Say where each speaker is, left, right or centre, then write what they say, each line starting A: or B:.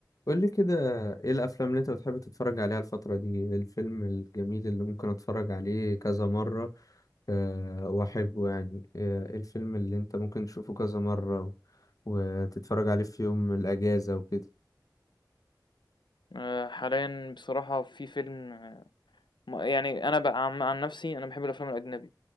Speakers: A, on the left; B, on the left.
A: قول لي كده ايه الافلام اللي انت بتحب تتفرج عليها الفترة دي إيه الفيلم الجميل اللي ممكن اتفرج عليه كذا مرة أه واحبه يعني آه، ايه الفيلم اللي انت ممكن تشوفه كذا مرة و- وتتفرج عليه في يوم الاجازة وكده
B: آه، حاليا بصراحة في فيلم آه، ما- يعني أنا بقى عن عن نفسي أنا بحب الأفلام الأجنبي